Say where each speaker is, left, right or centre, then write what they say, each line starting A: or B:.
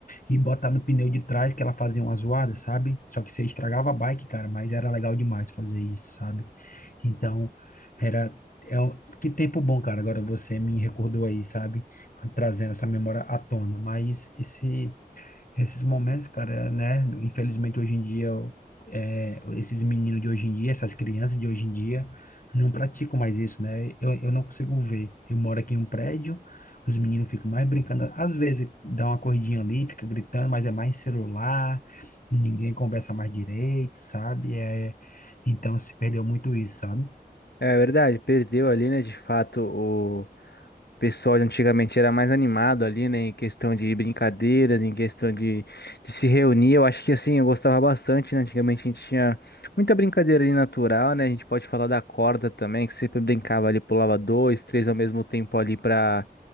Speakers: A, on the left (about 55°); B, on the left (about 80°).
A: e botar no pneu de trás, que ela fazia uma zoada, sabe? Só que você estragava a bike, cara, mas era legal demais fazer isso, sabe? Então, era. É um, que tempo bom, cara. Agora você me recordou aí, sabe? Trazendo essa memória à tona. Mas esse esses momentos, cara, né? Infelizmente, hoje em dia, o- é, esses meninos de hoje em dia, essas crianças de hoje em dia, não praticam mais isso, né? Eu, eu não consigo ver. Eu moro aqui em um prédio, os meninos ficam mais brincando. Às vezes, dá uma corridinha ali, fica gritando, mas é mais celular, ninguém conversa mais direito, sabe? É, então, se perdeu muito isso, sabe?
B: é verdade, perdeu ali, né, de fato O pessoal de antigamente era mais animado ali, né? Em questão de brincadeiras, em questão de, de se reunir. Eu acho que assim, eu gostava bastante, né? Antigamente a gente tinha muita brincadeira ali natural, né? A gente pode falar da corda também, que sempre brincava ali, pulava dois, três ao mesmo tempo ali pra